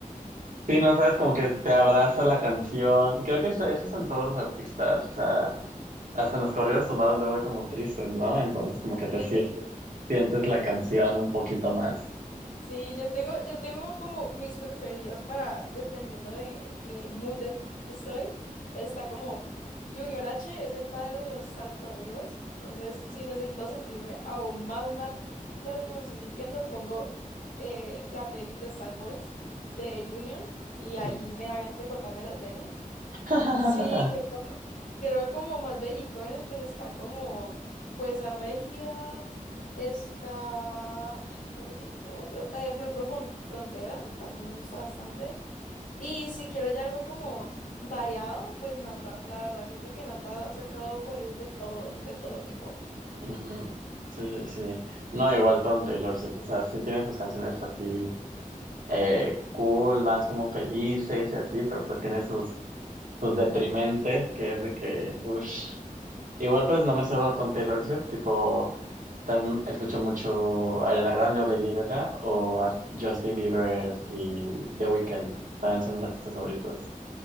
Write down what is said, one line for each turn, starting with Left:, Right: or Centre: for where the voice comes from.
Right: sí, no sabes, como que te abraza la canción. Creo que eso, eso es en todos los artistas, o sea, hasta en los corridos tumbados luego hay como tristes, ¿no? Entonces como que te
Left: Ok.
Right: sientes, sientes la canción un poquito más.
Left: Sí, yo tengo, yo tengo como mis preferidos para, dependiendo de en qué mood estoy. Entonces está como Junior H es el padre de los sad corridos. Entonces, si necesito sentirme aún más mal de lo que me estoy sintiendo, pongo eh, la playlist de Sad Boys de Junior y
Right: Ujú.
Left: ahí me da ganas de cortarme las venas.
Right: <laughs>
Left: Sí, pero como más belicones, pues está como Fuerza Régida, está... ay, ¿cuál es el otro? Eh, Grupo Fron- Frontera, también me gusta bastante. Y si quiero ya algo como variado, pues Nata, la verdad, siento que Nata ha sacado corridos de todo, de todo tipo.
Right: Ujú. Sí, sí, sí. No, igual con Taylor Swift, o sea, sí tiene sus canciones así eh, cool, más como felices y así, pero pues tiene sus pues deprimente, que es de que, uff. Igual pues no me cedo con Taylor Swift, tipo, también escucho mucho Ariana Grande o Lady Gaga o a Justin Bieber y The Weeknd, también son mis artistas favoritos.